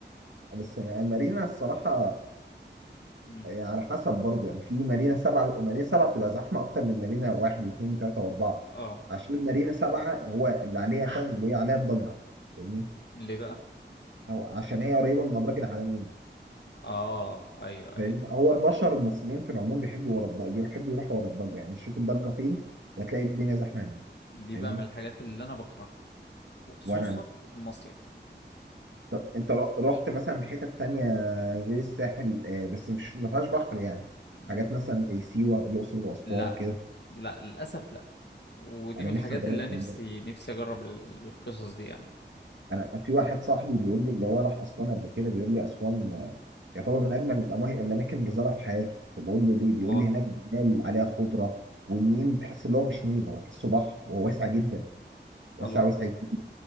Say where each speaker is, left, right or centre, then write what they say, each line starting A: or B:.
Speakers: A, on the right; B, on the left.
A: بس يعني مارينا الصراحة
B: مم.
A: يعني على حسب برضه يعني في مارينا سبعة مارينا سبعة بتبقى زحمة أكتر من مارينا واحد واثنين وثلاثة وأربعة
B: اه
A: عشان مارينا سبعة هو اللي عليها فاهم اللي هي عليها الضجة فاهمني
B: ليه بقى
A: أو عشان هي قريبة من أبراج العالمين
B: اه ايوه ايوه
A: فاهمني هو البشر
B: ايوه
A: المصريين في العموم بيحبوا ورا الضجة بيحبوا يروحوا ورا الضجة يعني تشوف الضجة فين وتلاقي الدنيا زحمة هناك
B: دي
A: فاهمني
B: بقى من الحاجات اللي انا بكرهها وخصوصا
A: وأنا
B: في المصيف
A: طب أنت رحت رحت مثلا حتت تانية غير الساحل آه، بس مش ما فيهاش بحر يعني
B: ل-
A: حاجات مثلا زي سيوة الأقصر وأسوان
B: لا
A: كده
B: لا للاسف لا ودي
A: انا
B: من الحاجات
A: نفسي اجربها
B: اللي انا
A: برضه.
B: نفسي نفسي اجرب ال- القصص دي يعني
A: انا في واحد صاحبي بيقول لي اللي هو راح اسوان قبل كده بيقول لي اسوان آه، يعتبر من اجمل الأما- الاماكن اللي زارها في حياته فبقول له ليه
B: والله
A: بيقول لي هناك جبال عليها خضره والنيل تحس اللي هو مش نيل هو تحسه بحر وهو واسع جدا واسع
B: الله الله
A: واسع جدا